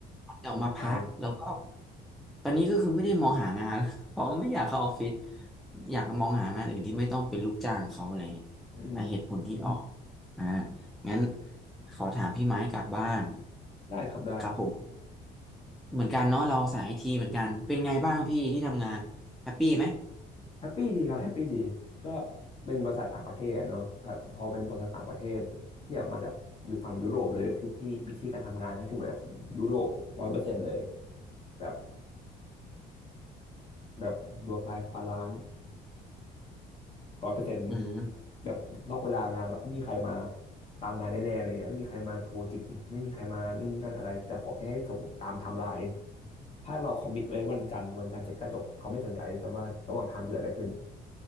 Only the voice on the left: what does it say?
คนต้องการ
อืม
ได้ครับได้
แฮปปี้ดีครับแฮปปี้ดีก็เป็นบริษัทต่างประเทศเนาะแบบพอเป็นบริษัทต่างประเทศที่แบบมาจากอยู่ฝั่งยุโรปเลยคือที่วิธีการทำงานก็จะเหมือนแบบยุโรปร้อยเปอร์เซ็นต์เลยแบบแบบ work life balance ร้อยเปอร์เซ็นต์
แบบนอกเวลางานแบบไม่มีใครมาตามงานแน่ๆอะไรเงี้ยไม่มีใครมาโทรจิกไม่มีใครมานู่นนั่นอะไรแต่ขอแค่ให้ส่งตามไทม์ไลน์ถ้าเราคอมมิตไว้วันจันทร์วันจันทร์เสร็จก็จบเขาไม่สนใจแต่ว่าระหว่างทางเกิดอะไรขึ้น